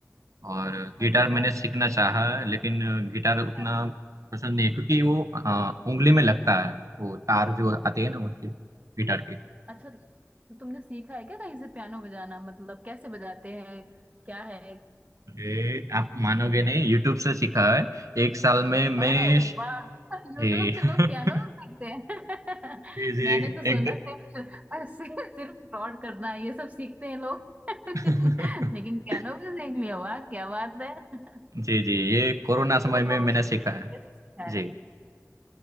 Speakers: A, on the right (about 85°); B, on the right (about 25°).
A: और गिटार
B: अच्छा
A: मैंने
B: क्या
A: सीखना चाहा लेकिन गिटार उतना
B: पियानो
A: पसंद नहीं है क्योंकि वो अ, उंगली में लगता है वो तार जो आते हैं ना उनके गिटार के
B: अच्छा तो तुमने सीखा है क्या कहीं से पियानो बजाना मतलब कैसे बजाए क्या है
A: ये आप मानोगे नहीं यूट्यूब से सीखा है एक साल में मैं
B: अरे
A: श-
B: वाह <laughs> यूट्यूब
A: ये-
B: से
A: <laughs>
B: लोग पियानो भी सीखते हैं
A: जी
B: <laughs>
A: जी
B: मैंने तो सोना
A: एकदम
B: सिर्फ सिर्फ फ्रॉड करना है ये सब सीखते हैं लोग <laughs>
A: <laughs>
B: लेकिन पियानो भी सीख लिया वाह क्या बात है
A: जी जी ये कोरोना
B: तो
A: समय
B: मतलब
A: में मैंने
B: उसने
A: सीखा
B: कैसे
A: है
B: सीखा
A: जी